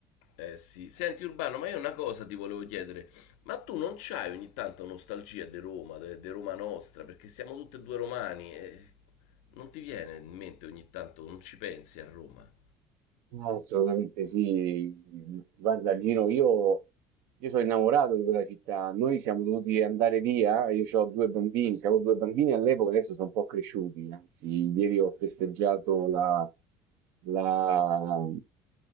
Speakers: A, on the left; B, on the right.
A: eh sì. Senti Urbano, ma io una cosa ti volevo chiedere, ma tu non c'hai ogni tanto nostalgia di Roma, di Roma nostra, perché siamo tutti e due romani e non ti viene in mente ogni tanto, non ci pensi a Roma?
B: Ah, Assolutamente sì. Guarda, Gino, io, io sono innamorato di quella città. Noi siamo dovuti andare via. Io ho due bambini, avevo due bambini all'epoca, adesso sono un po' cresciuti. Anzi, ieri ho festeggiato la, la,